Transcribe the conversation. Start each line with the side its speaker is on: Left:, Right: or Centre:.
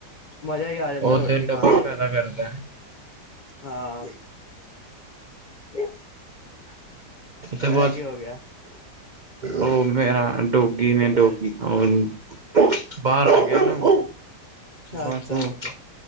Left: ਮਜ਼ਾ ਈ ਆ ਜਾਂਦਾ।
Right: ਉਹ
Left: ਰੋਟੀ
Right: ਤੇ ਡਬਲ
Left: ਖਾਣ ਦਾ ਤੇ।
Right: ਫਾਇਦਾ ਕਰਦਾ
Left: ਹਾਂ। <unintelligible> ਇਹ
Right: ਉਹ ਬਾਅਦ
Left: ਕੀ ਹੋ ਗਿਆ
Right: ਉਹ ਮੇਰਾ ਡੋਗੀ ਨੇ ਡੋਗੀ। ਉਹ ਬਾਹਰ ਆ ਗਿਆ ਨਾ। ਬਸ
Left: ਅੱਛਾ
Right: ਉਹ
Left: ਅੱਛਾ।